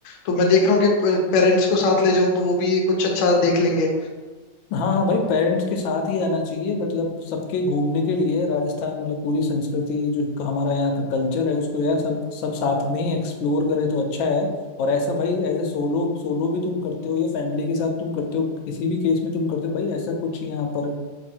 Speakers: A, on the left; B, on the left.
A: तो मैं देख रहा हूँ कि पेरेंट्स को साथ ले जाऊं तो वो भी कुछ अच्छा देख लेंगे
B: हाँ हाँ भाई पेरेंट्स के साथ ही आना चाहिए मतलब सबके घूमने के लिए राजस्थान मतलब पूरी संस्कृति जो क- हमारा यहाँ का कल्चर है उसको यार सब सब साथ में ही एक्सप्लोर करे तो अच्छा है और ऐसा भाई एज ए सोलो सोलो भी तुम करते हो या फैमिली के साथ तुम करते हो किसी भी केस में तुम करते हो भाई ऐसा कुछ यहाँ पर